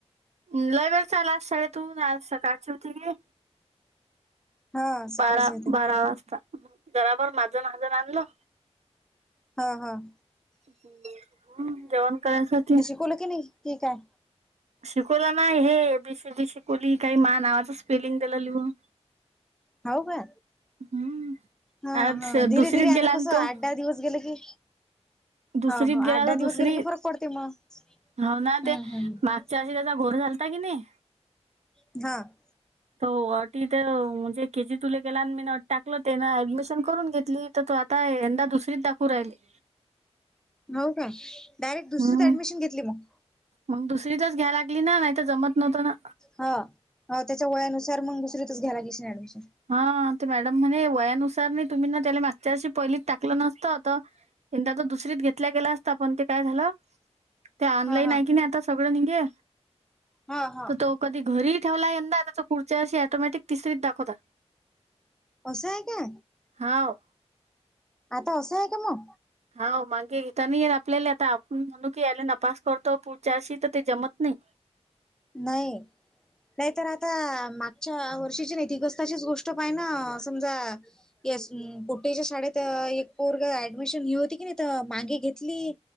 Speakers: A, on the right; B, in the centre.
A: म लय वेळचा आला आज शाळेतून आज सकाळचं टी व्ही आय.
B: हा सकाळचे
A: बारा
B: ते
A: बारा वाजता जरा बर माझं नाज आणलं.
B: हं हं.
A: हम्म जेवण करायंसाठी.
B: बोलू कि नई? ठीक आय.
A: शिकवलं ना हे बी सी जी सी शिकवली काही मा नावाचं स्पेलिंग दिलं लिहून.
B: हो का.
A: हम्म.
B: हा
A: आज
B: हा धीरे
A: दुसरीत
B: धीरे
A: गेला
B: आता कसं
A: ना तो
B: आठ दहा दिवस गेले की
A: दुसरीत
B: ह हो आठ
A: गेला तर
B: दहा
A: दुसरी
B: दिवस गेले की फरक पडते मग.
A: हो ना
B: हम्म
A: ते
B: हम्म
A: मागच्या अशी त्याचा घोर झालता की नाही
B: <inaudible> हा,
A: तो अटीथ म्हणजे के जी तुले गेला. टाकलं तेन ऍडमिशन करून घेतली तर तो आता यंदा दुसरीच दाखव राहिले.
B: हो का डायरेक्ट दुसरीत
A: हम्म
B: ऍडमिशन घेतली मग.
A: मग दुसरीतच घ्यायला लागली ना नाही तर जमत नव्हतं ना.
B: हं हो तेच्या वयानुसार मगं दुसरीतच घ्यायला लागली ऍडमिशन.
A: हा ते मॅडम म्हणे वयानुसार नाही तुम्ही ना तेला मागच्या वर्षी पहिलीत टाकलं नसतं त यंदा तो दुसरीत घेतला गेला असता, पण ते काय झालं. ते ऑनलाईन
B: हा हा
A: आहे की नाही आतां सगळं निघे
B: हा हा
A: तर तो कधी घरीही ठेवला यंदा तर, तो पुढच्या वर्षी ऑटोमॅटिक तिसरीत दाखवतता.
B: असेयं हे के.
A: हावं.
B: आता असयं का मं
A: हा मागे येता नाहीे येत आपल्याला आता आपण म्हणू के यायला नापास करतो, पुढच्या वर्षी तर ते जमत नयी.
B: नाई. नाही तरं आता मागच्या वर्षीची <unintelligible> गोष्ट तशीच गोष्ट आहे ना समजा. येस बुट्टेच्या शाळेत एक पोरगं ऍडमिशन हे होती की नाही आता मागे घेतली.